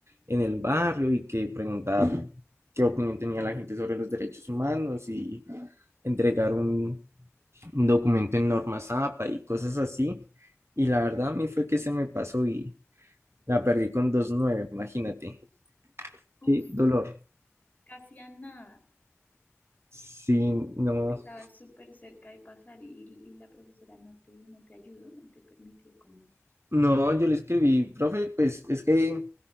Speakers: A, on the right; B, on the left.
A: en el barrio y que preguntar qué opinión tenía la gente sobre los derechos humanos y entregar un, un documento en norma APA y cosas así. Y la verdad a mí fue que se me pasó y la perdí con dos punto nueve imagínate.
B: Uf,
A: Qué dolor.
B: casi a nada.
A: Sí, no,
B: Estabas súper cerca de pasar y, y la profesora no te, no te ayudó, no te permitió como...
A: No, yo le escribí, profe, pues es que